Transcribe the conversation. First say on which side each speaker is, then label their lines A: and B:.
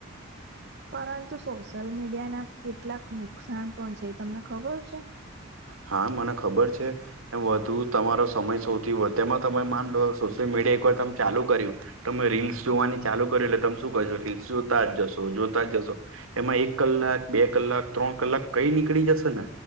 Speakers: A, on the right (about 55°); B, on the right (about 80°).
A: પરંતુ સોશિયલ મીડિયાના કેટલાક નુકસાન પણ છે એ તમને ખબર છે.
B: હા મને ખબર છે. એમ વધુ તમારો સમય સૌથી વધે તેમાં તમે માન લો સોશિયલ મીડિયા એક વાર ચાલુ કર્યું- - તમે રીલ્સ જોવાની ચાલુ કરી એટલે તમે શું કહેશો રીલ્સ જોતા જશો જોતા જશો. એમાં એક કલાક બે કલાક ત્રણ કલાક કઈ નીકળી જશે ને